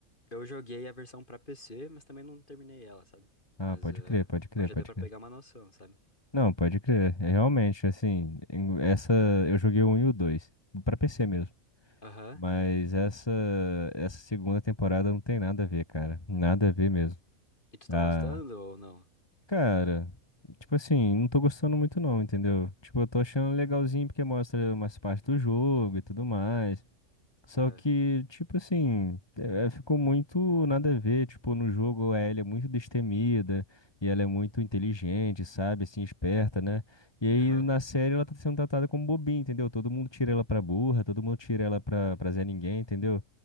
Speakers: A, on the left; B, on the left.
A: Eu joguei a versão pra PC, mas também não terminei ela, sabe?
B: Ah,
A: Mas,
B: pode
A: ah,
B: crer, pode crer,
A: mas já
B: pode
A: deu pra
B: crer.
A: pegar uma noção, sabe?
B: Não, pode crer. É realmente, assim, em- essa eu joguei o um e o 2 pra PC mesmo.
A: Aham.
B: Mas essa, essa segunda temporada não tem nada a ver, cara. Nada a ver mesmo.
A: E tu tá
B: Ah,
A: gostando ou não?
B: cara, tipo assim, não tô gostando muito não, entendeu? Tipo, eu tô achando legalzinho porque mostra umas partes do jogo e tudo mais. Só
A: Aham.
B: que, tipo assim, é- é, ficou muito nada a ver. Tipo, no jogo a Ellie é muito destemida e ela é muito inteligente, sabe? Assim, esperta, né? E aí
A: Aham.
B: na série ela tá sendo tratada como bobinha, entendeu? Todo mundo tira ela pra burra, todo mundo tira ela pra, pra Zé Ninguém, entendeu?